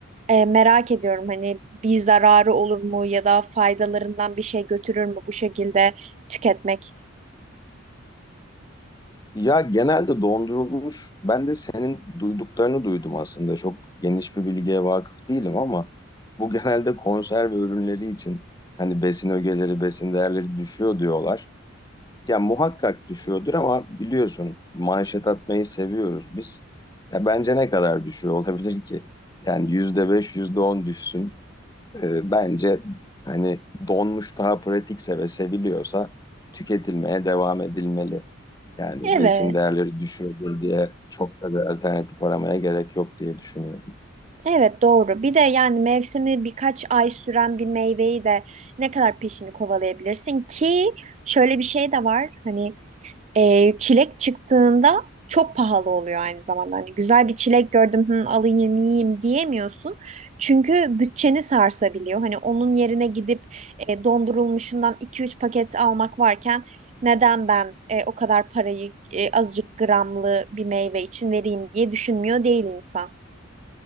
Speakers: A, on the right; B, on the left.
A: e, merak ediyorum. Hani bir zararı olur mu ya da faydalarından bir şey götürür mü bu şekilde tüketmek?
B: Ya genelde dondurulmuş. Ben de senin duyduklarını duydum aslında. Çok geniş bir bilgiye vakıf değilim ama bu genelde konserve ürünleri için hani besin ögeleri, besin değerleri düşüyor diyorlar. Ya muhakkak düşüyordur ama biliyorsun manşet atmayı seviyoruz biz. Ya bence ne kadar düşüyor olabilir ki? Yani yüzde beş, yüzde on düşsün. E, bence hani donmuş daha pratikse ve seviliyorsa tüketilmeye devam edilmeli. Yani
A: Evet.
B: besin değerleri düşürdür diye çok da bir alternatif aramaya gerek yok diye düşünüyorum.
A: Evet doğru. Bir de yani mevsimi birkaç ay süren bir meyveyi de ne kadar peşini kovalayabilirsin ki şöyle bir şey de var. Hani e, çilek çıktığında çok pahalı oluyor aynı zamanda. Hani güzel bir çilek gördüm, hı, alayım yiyeyim diyemiyorsun. Çünkü bütçeni sarsabiliyor. Hani onun yerine gidip e, dondurulmuşundan iki üç paket almak varken neden ben e, o kadar parayı e, azıcık gramlı bir meyve için vereyim diye düşünmüyor değil insan.